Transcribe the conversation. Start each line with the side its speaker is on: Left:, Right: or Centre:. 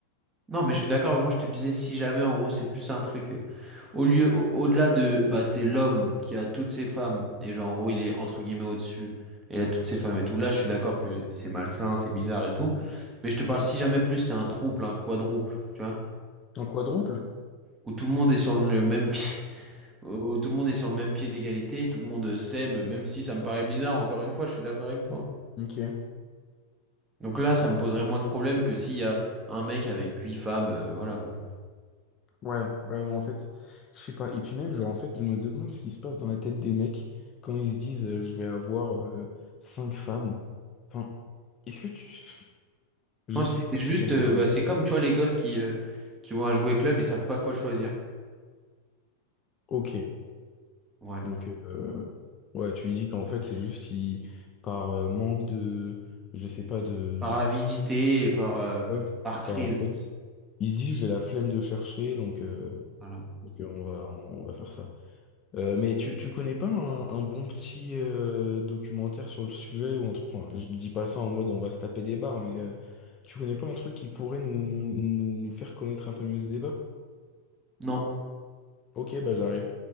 Right: Non, mais je suis d'accord, mais moi, je te disais, si jamais, en gros, c'est plus un truc. euh, Au lieu, au- au-delà de, bah, c'est l'homme qui a toutes ses femmes, et genre, en gros, il est entre guillemets au-dessus, et il a toutes ses femmes et tout. Là, je suis d'accord que c'est malsain, c'est bizarre et tout. Mais je te parle, si jamais plus, c'est un trouble, un quadruple, tu vois,
Left: Un quadruple?
Right: où tout le monde est sur le même pied, <laughs> où tout le monde est sur le même pied d'égalité, tout le monde s'aime, même si ça me paraît bizarre, encore une fois, je suis d'accord avec toi.
Left: Ok.
Right: Donc là, ça me poserait moins de problèmes que s'il y a un mec avec huit femmes, euh, voilà quoi.
Left: Ouais, ouais, mais en fait, je sais pas. Et puis même, genre, en fait, je me demande ce qui se passe dans la tête des mecs quand ils se disent euh, je vais avoir euh, cinq femmes. Enfin, est-ce que tu. Je
Right: Moi, c'est
Left: sais pas
Right: juste,
Left: comment.
Right: euh, bah, c'est comme, tu vois, les gosses qui, euh, qui vont à jouer club, ils savent pas quoi choisir.
Left: Ok.
Right: Ouais.
Left: Donc, euh, ouais, tu dis qu'en fait, c'est juste il- par euh, manque de. Je sais pas de.
Right: Par avidité et par, euh,
Left: Ouais,
Right: par crise.
Left: par en fait. Ils se disent j'ai la flemme de chercher, donc, euh,
Right: Alors,
Left: donc, euh, on va, on va faire ça. Euh, mais tu, tu connais pas un, un bon petit euh, documentaire sur le sujet ou un truc, enfin je dis pas ça en mode on va se taper des barres, mais euh, tu connais pas un truc qui pourrait nous, nous, nous, nous faire connaître un peu mieux ce débat?
Right: non,
Left: Ok, bah j'arrive.